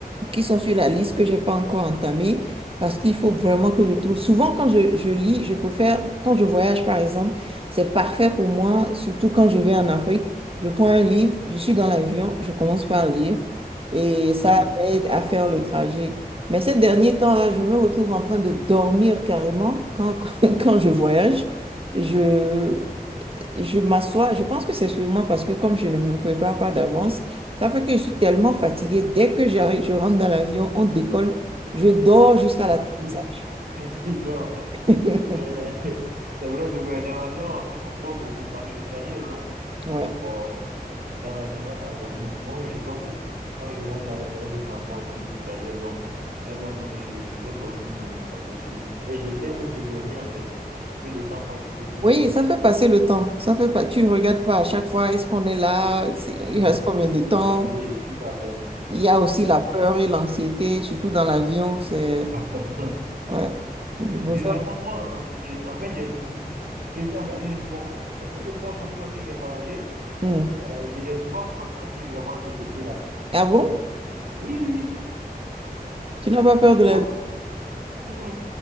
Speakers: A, on the right; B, on the right.
A: qui sont sur la liste que j'ai pas encore entamée parce qu'il faut vraiment que je trouve. Souvent, quand je, je lis, je préfère, quand je voyage par exemple, c'est parfait pour moi, surtout quand je vais en Afrique. Je prends un livre, je suis dans l'avion, je commence par lire et ça
B: Mm -hmm.
A: m'aide à faire le trajet. Mais ces derniers temps-là, je me retrouve en train de dormir carrément quand, <laughs> quand je voyage. Je, je m'assois, je pense que c'est sûrement parce que comme je ne me prépare pas d'avance, ça fait que je suis tellement fatiguée. Dès que j'arrive, je rentre dans l'avion, on décolle, je dors
B: <laughs>
A: jusqu'à
B: C'est
A: l'atterrissage.
B: tout. <laughs> Et donc,
A: <laughs>
B: Euh, <laughs> c'est vrai que mais dans l'avion, en plus, on dort beaucoup parce que le trajet est long.
A: Ouais.
B: Donc, euh, on a tendance à dormir. Moi, oui, je dors beaucoup. Quand je rentre dans les moyens de transport et que le trajet est long, à un moment donné, je, je vais dormir, et ça c'est sûr. En fait, j'essaie même de dormir, en fait, pour que le temps passe un peu plus
A: Oui,
B: vite.
A: ça fait passer le temps. Ça fait pas, tu ne regardes pas à chaque fois, est-ce qu'on est là? C'est- Il
B: Mhm.
A: reste combien de temps?
B: Oui, tout à fait.
A: Il y a aussi
B: Tout
A: la
B: à
A: peur et l'anxiété, surtout dans l'avion. C'est,
B: fait. <laughs>
A: ouais, je préfère.
B: Bizarrement, moi, j'ai, en fait, j'ai, j'ai- j'ai- en fait, j'ai, bon, le peu de fois, en tout cas, que j'ai voyagé,
A: Hmm.
B: euh, euh, je n'ai pas fa- senti vraiment ce côté-là.
A: Ah bon?
B: Oui, oui,
A: Tu n'as pas peur de l'avion?
B: gauche. Mm, mm,